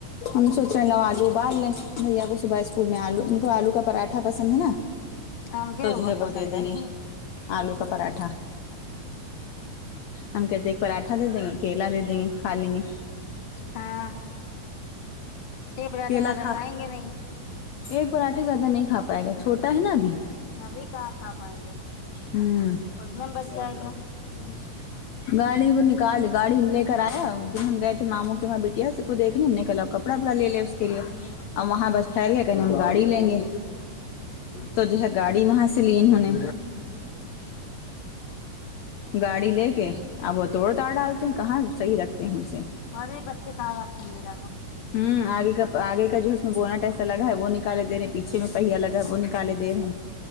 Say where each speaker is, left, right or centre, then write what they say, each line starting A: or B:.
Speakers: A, on the left (about 75°); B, on the left (about 50°).
A: ہم سوچ رہے ہیں لو آلو ابال لیں بھیا کو صبح اسکول میں آلو ان کو آلو کا پراٹھا پسند ہے نا
B: آم کے
A: تو
B: اوپر
A: جو ہے
B: پسند
A: وہ دے دیں
B: ہے
A: گے آلو کا پراٹھا ہم کہتے ایک پراٹھا دے دیں گے کیلا دے دیں گے کھا لیں گے
B: ہاں یہ پراٹھا
A: کیلا
B: زیادہ
A: کھا
B: کھائیں گے نہیں
A: ایک پراٹھے زیادہ نہیں کھا پائے گا چھوٹا ہے نا ابھی
B: ابھی کہاں کھا پائیں گے
A: ہوں
B: اتنے میں بچ جائے گا
A: گاڑی وہ نکال گاڑی لے کر آیا جن ہم گئے تھے ماموں کے وہاں بیٹیا اس کو دیکھنے ہم نے کلب کپڑاوپڑا
B: ہوں
A: لے لے اس کے
B: ہوں
A: لیے اب وہاں بس پھیل گیا کہیں ہم گاڑی لیں گے تو جو ہے گاڑی وہاں سے لی انہوں نے گاڑی لے کے اب وہ توڑتاڑ ڈال تم کہاں صحیح رکھتے ہیں اسے
B: ارے بچے کہاں رکھیں گے زیادہ
A: ہوں آگے کا آگے کا جو ہے اس میں بوناٹ ایسا لگا ہے وہ نکالے دینے پیچھے میں پہیا لگا وہ نکالے دے رہے